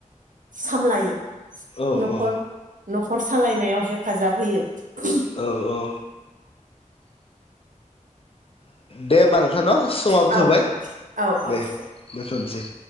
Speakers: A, on the right; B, on the left.
A: सामलायो।
B: औ
A: न'खर
B: औ।
A: न'खर सालायनायाव हेफाजाब होयो।
B: औ औ। दे होमबा नोंथां न समाबो
A: औ
B: जोब्बाय
A: औ
B: दे
A: औ
B: दोनथनसै।